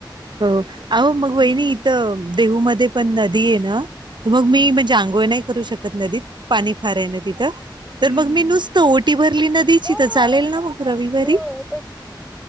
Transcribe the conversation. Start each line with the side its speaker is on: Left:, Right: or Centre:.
Right: हो. अहो, मग वहिनी
Centre: हम्म
Right: इथं देहूमध्ये पण नदी आहे ना तर मग,
Centre: हम्म
Right: मी म्हणजे आंघोळ नाही करू शकत नदीत, पाणी फार आहे ना तिथं! तर
Centre: हम्म
Right: मग
Centre: हम्म
Right: मी
Centre: हम्म
Right: नुसतं ओटी भरली नदीची
Centre: होय
Right: तर चालेल ना? मग रविवारी
Centre: होय